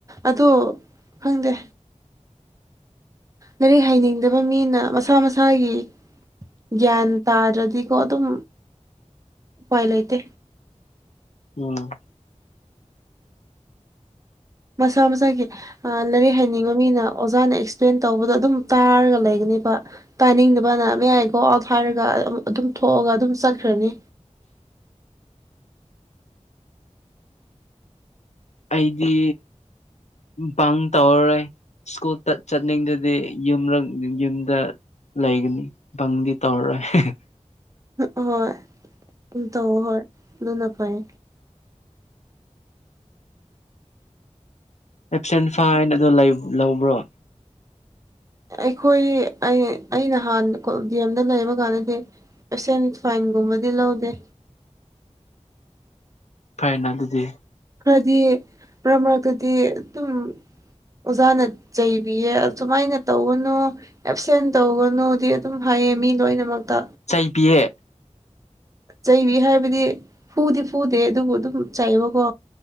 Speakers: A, on the right; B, on the left.
A: ꯑꯗꯣ ꯈꯪꯗꯦ ꯂꯥꯏꯔꯤꯛ ꯍꯩꯅꯤꯡꯗꯕ ꯃꯤꯅ ꯃꯁꯥ ꯃꯁꯥꯒꯤ ꯒ꯭ꯌꯥꯟ ꯇꯥꯗ꯭ꯔꯗꯤꯀꯣ ꯑꯗꯨꯝ ꯎꯄꯥꯏ ꯂꯩꯇꯦ
B: ꯎꯝ
A: ꯃꯁꯥ ꯃꯁꯥꯒꯤ ꯑ ꯂꯥꯏꯔꯤꯛ ꯍꯩꯅꯤꯡꯕ ꯃꯤꯅ ꯑꯣꯖꯥꯅ ꯑꯦꯛꯁꯄ꯭ꯂꯦꯟ ꯇꯧꯕꯗ ꯑꯗꯨꯝ ꯇꯥꯔꯒ ꯂꯩꯒꯅꯦꯕ ꯇꯥꯅꯤꯡꯗꯕꯅ ꯃꯣ ꯑꯥꯏ ꯒꯣ ꯑꯥꯎꯠ ꯍꯥꯏꯔꯒ ꯑꯗꯨꯝ ꯊꯣꯛꯑꯒ ꯑꯗꯨꯝ ꯆꯠꯈ꯭ꯔꯅꯤ
B: ꯑꯩꯗꯤ ꯕꯪ ꯇꯧꯔꯔꯣꯏ ꯁ꯭ꯀꯨꯜ ꯇꯠ ꯆꯠꯅꯤꯡꯗꯗꯤ ꯌꯨꯝꯔ ꯌꯨꯝꯗ ꯂꯩꯒꯅꯤ ꯕꯪꯗꯤ ꯇꯧꯔꯔꯣꯏ
A: ꯎꯝ ꯍꯣꯏ ꯎꯝ ꯇꯧ ꯍꯣꯏ ꯑꯗꯨꯅ ꯐꯩ
B: ꯑꯦꯞꯁꯦꯟ ꯐꯥꯏꯟ ꯑꯗꯣ ꯂꯩ ꯂꯧꯕ꯭ꯔꯣ
A: ꯑꯩꯈꯣꯏꯒꯤ ꯑꯩ ꯑꯩꯅꯍꯥꯟ ꯀꯣ ꯗꯤ ꯑꯦꯝꯗ ꯂꯩꯕ ꯀꯥꯟꯗꯗꯤ ꯑꯦꯞꯁꯦꯟ ꯐꯥꯏꯟꯒꯨꯝꯕꯗꯤ ꯂꯧꯗꯦ
B: ꯐꯩꯅ ꯑꯗꯨꯗꯤ
A: ꯈꯔꯗꯤ ꯃꯔꯛ ꯃꯔꯛꯇꯗꯤ ꯑꯗꯨꯝ ꯑꯣꯖꯥꯅ ꯆꯩꯕꯤꯌꯦ ꯑꯁꯨꯃꯥꯏꯅ ꯇꯧꯒꯅꯨ ꯑꯦꯞꯁꯦꯟ ꯇꯧꯒꯅꯨꯗꯤ ꯑꯗꯨꯝ ꯍꯥꯏꯌꯦ ꯃꯤ ꯂꯣꯏꯅꯃꯛꯇ
B: ꯆꯩꯕꯤꯌꯦ
A: ꯆꯩꯕꯤ ꯍꯥꯏꯕꯗꯤ ꯐꯨꯗꯤ ꯐꯨꯗꯦ ꯑꯗꯨꯕꯨ ꯑꯗꯨꯝ ꯆꯩꯥꯕꯀꯣ